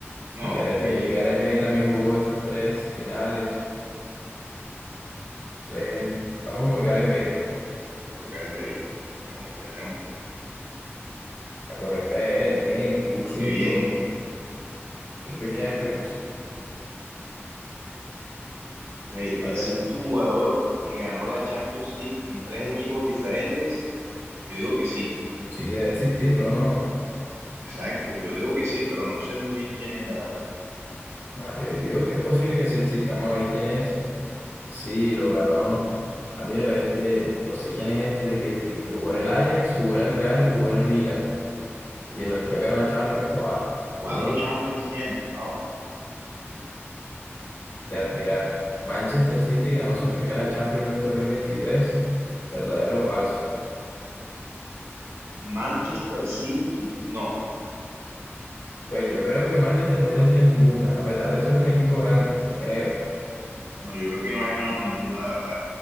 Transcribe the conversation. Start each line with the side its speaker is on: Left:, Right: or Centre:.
Right: No,
Left: Y Gareth
Right: Piqué
Left: Bale, Gareth Bale también jugó esas tres finales. Sí, vamos por Gareth Bale.
Right: por Gareth Bale. Tenemos fe, tenemos fe.
Left: La correcta es él, bien.
Right: Uf,
Left: Cinco.
Right: qué bien.
Left: Cinco Champions.
Right: Ok, ¿Existe
Left: A ver,
Right: un jugador que ganó la Champions League en tres equipos diferentes? Yo digo que sí.
Left: sí, debe existirlo, ¿no?
Right: Exacto, yo digo que sí, pero no sé muy bien quién es la verdad.
Left: Nah, yo yo digo que es posible que sí exista. Vamos a ver quién es. Sí, lo ganó. Ah, mira, este, no sé quién es este, que, que, que jugó en el Ajax, jugó en el Real y jugó en el Milan.
Right: Uf,
Left: Y en los tres
Right: qué
Left: ganó
Right: capo.
Left: Champions. Oh, ah,
Right: Cuatro
Left: qué bien,
Right: Champions tiene. Wow.
Left: de admirar. Manchester City ganó su primera Champions League 2023. ¿Verdadero o falso?
Right: Manchester City, no,
Left: Pues yo creo que Manchester no tenía ninguna, a pesar de ser un equipo grande, creo.
Right: no, yo creo que no ha ganado ninguna, la verdad.